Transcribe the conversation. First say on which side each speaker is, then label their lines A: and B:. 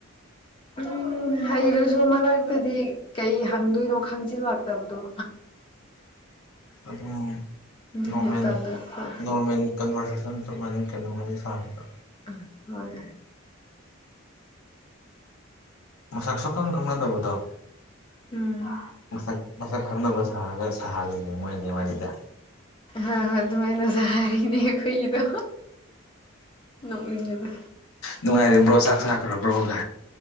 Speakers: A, on the left; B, on the left.
A: ꯎꯝ ꯍꯩꯔꯁꯨꯨ ꯃꯔꯛꯇꯗꯤ ꯀꯩ ꯍꯪꯗꯣꯏꯅꯣ ꯈꯪꯖꯤꯜꯂꯇꯕꯗꯣ
B: ꯑꯗꯨꯝ
A: ꯑꯗꯨꯒꯤ
B: ꯅꯣꯔꯃꯦꯜ
A: ꯇꯜꯂꯛꯄ
B: ꯅꯣꯔꯃꯦꯜ ꯀꯟꯚꯔꯁꯦꯁꯟ ꯆꯞ ꯃꯥꯅꯩ ꯀꯩꯅꯣ ꯑꯩꯈꯣꯏꯕꯥꯅꯤ ꯁꯥꯕꯗ
A: ꯑ ꯍꯣꯏ
B: ꯃꯁꯛ ꯁꯨꯈꯪ ꯈꯪꯅꯗꯕꯗꯣ
A: ꯎꯝ
B: ꯃꯁꯛ ꯃꯁꯛ ꯈꯪꯅꯕ ꯁꯥꯔꯒ ꯁꯥꯍꯜꯂꯤꯅꯦ ꯃꯣꯏꯅꯤ ꯋꯥꯔꯤꯖꯦ
A: ꯍꯣꯢ ꯍꯣꯏ ꯑꯗꯨꯃꯥꯏꯅꯁꯨ ꯍꯥꯏꯔꯤꯅꯦ ꯑꯩꯈꯣꯏꯒꯤꯗꯣ ꯅꯣꯛꯅꯤꯡꯉꯦꯗ
B: ꯅꯨꯡꯉꯥꯏꯔꯤꯕ꯭ꯔꯣ ꯆꯥꯛ ꯆꯥ ꯈ꯭ꯔꯕ꯭ꯔꯣꯒ